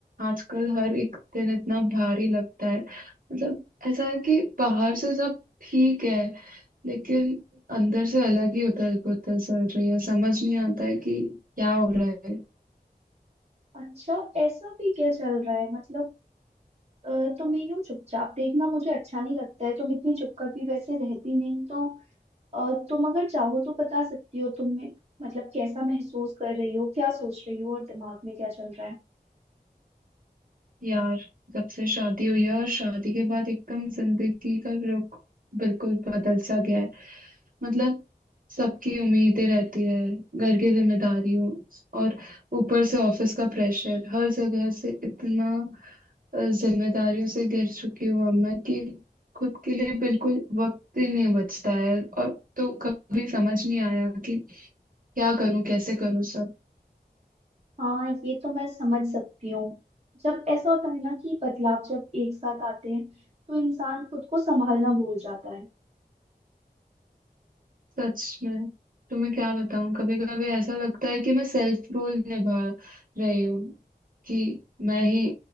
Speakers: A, on the right (about 55°); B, on the right (about 40°).
A: आजकल हर एक दिन इतना भारी लगता है मतलब ऐसा है कि बाहर से सब ठीक है लेकिन अंदर से अलग ही उथल पुथल चल रही है समझ नहीं आता है कि क्या हो रहा है
B: अच्छा ऐसा भी क्या चल रहा है मतलब अ, तुम्हें यूं चुपचाप देखना मुझे अच्छा नहीं लगता है तुम इतनी चुपकर भी वैसे रहती नहीं तो अ, तुम अगर चाहो तो बता सकती हो तुम में मतलब कैसा महसूस कर रही हो क्या सोच रही हो और दिमाग में क्या चल रहा है
A: यार जब से शादी हुई है और शादी के बाद एकदम जिंदगी का रुख बिल्कुल बदल सा गया है मतलब सबकी उम्मीदें रहती है घर की जिम्मेदारियों और ऊपर से ऑफिस का प्रेशर हर जगह से इतना अ, जिम्मेदारियों से घिर चुकी हूँ अब मैं कि खुद के लिए बिल्कुल वक्त ही नहीं बचता है और तो कभी समझ नहीं आया कि क्या करूं कैसे करूं सब
B: हाँ ये तो मैं समझ सकती हूँ जब ऐसा होता है ना कि बदलाव जब एक साथ आते हैं तो इंसान खुद को संभालना भूल जाता है
A: सच में तो मैं क्या बताऊं कभी कभी ऐसा लगता है कि मैं सेल्फ रोल निभा रही हूँ कि मैं ही